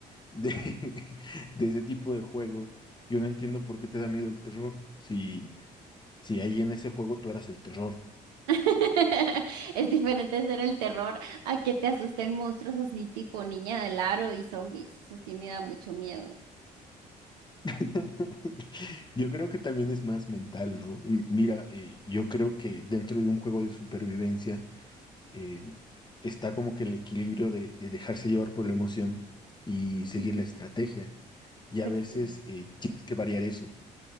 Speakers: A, on the left (about 20°); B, on the right (about 70°).
A: de, <laughs> de ese tipo de juego, yo no entiendo por qué te da miedo el terror, si, si ahí en ese juego tú eras el terror.
B: <laughs> Es diferente ser el terror a que te asusten monstruos así tipo niña del aro y zombies. Eso sí me da mucho miedo.
A: <laughs> Yo creo que también es más mental, ¿no? Y mira, eh, yo creo que dentro de un juego de supervivencia eh, está como que el equilibrio de, de dejarse llevar por la emoción y seguir
B: Ujú,
A: la estrategia. Y
B: Pues
A: a veces
B: sí,
A: eh, tienes que variar eso,